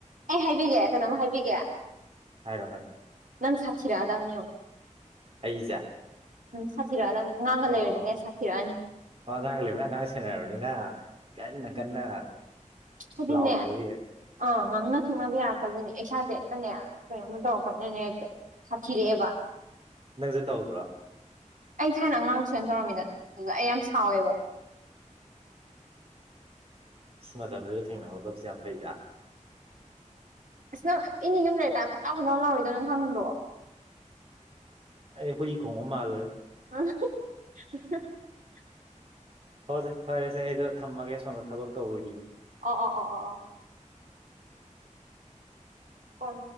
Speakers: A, on the right; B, on the right.
A: ꯑꯦ ꯍꯥꯏꯕꯤꯒꯦ ꯀꯩꯅꯣꯝ ꯍꯥꯏꯕꯤꯒꯦ
B: ꯍꯥꯏꯔꯣ ꯍꯥꯏꯔꯣ
A: ꯅꯪ ꯁꯥꯊꯤꯔ ꯑꯗꯥꯝꯅꯤꯌ
B: ꯑꯩꯖ
A: ꯁꯥꯊꯤꯔꯛꯑꯗꯝꯅꯦ ꯑꯉꯥꯡꯒ
B: ꯑꯣ
A: ꯂꯩꯔꯗꯤꯅꯦ
B: ꯑꯣ
A: ꯁꯥꯊꯤꯔꯛꯑꯅꯤ
B: ꯑꯣ ꯑꯉꯥꯡ ꯂꯩꯕꯅ ꯑꯉꯥꯡ ꯁꯦꯟꯅꯔꯕꯅꯤꯅ ꯀꯟꯅ ꯀꯟꯅ
A: ꯑꯗꯨꯟꯅ
B: ꯂꯥꯎꯕꯒꯤ
A: ꯑꯥ ꯉꯥꯡꯅ ꯁꯨꯅꯕ ꯌꯥꯔꯛꯇꯕꯗꯨꯣꯏꯅꯦ ꯏꯁꯥꯗ ꯍꯦꯛꯇꯅꯦ ꯀꯩꯅꯣꯃ ꯇꯧꯔ ꯈꯣꯠꯅꯅꯦ ꯍꯦꯛꯇ ꯁꯥꯊꯤꯔꯛꯑꯦꯕ
B: ꯅꯪꯁꯦ ꯇꯧꯕ꯭ꯔꯥ
A: ꯑꯩ ꯊꯥꯏꯅ ꯑꯉꯥꯡ ꯁꯥꯏꯅ ꯇꯧꯔꯝꯃꯤꯗꯅ ꯑꯗꯨꯗ ꯑꯩ ꯌꯥꯝ ꯁꯥꯎꯋꯦꯕ <inaudible>
B: ꯏꯁ ꯃꯇꯝꯗꯨꯗ ꯊꯦꯡꯅꯍꯧꯗꯕꯁꯦ ꯌꯥꯝ ꯐꯩꯗ
A: ꯑꯁ ꯅꯪ ꯏꯅꯤ ꯌꯨꯝ ꯂꯩꯔꯀꯥꯏ ꯈꯠꯇꯎ ꯈꯗꯥꯥꯎ ꯂꯥꯎꯔꯤꯣꯏꯗꯣ ꯅꯪ ꯈꯪꯗ꯭ꯔꯣ
B: ꯑꯩꯗꯤ ꯍꯨꯏ ꯈꯣꯡꯕ ꯃꯥꯜꯂꯨꯔꯦ
A: <inaudible>
B: ꯍꯁꯦ ꯐꯔꯦꯁꯦ ꯑꯩꯗꯣ ꯊꯝꯃꯒꯦ ꯁꯣꯝꯗ ꯊꯕꯛ ꯇꯧꯔꯨꯈꯤꯒꯦ
A: ꯑꯣ ꯑꯣ ꯑꯣ ꯑꯣ ꯑꯣ ꯀꯟ